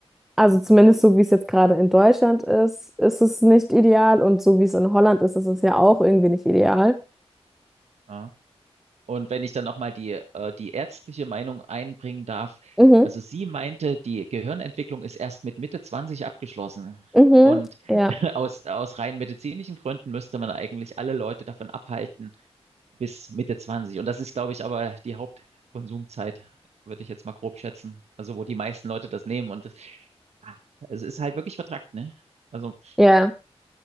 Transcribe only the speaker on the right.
ah. Und wenn ich dann nochmal die, äh, die ärztliche Meinung einbringen darf,
also sie meinte, die Gehirnentwicklung ist erst mit Mitte 20 abgeschlossen.
Und
<laughs> aus, aus rein medizinischen Gründen müsste man eigentlich alle Leute davon abhalten, bis Mitte Zwanzig Und das ist, glaube ich, aber die Hauptkonsumzeit, würde ich jetzt mal grob schätzen. Also, wo die meisten Leute das nehmen. Und das, ah, es ist halt wirklich vertrackt, ne? Also,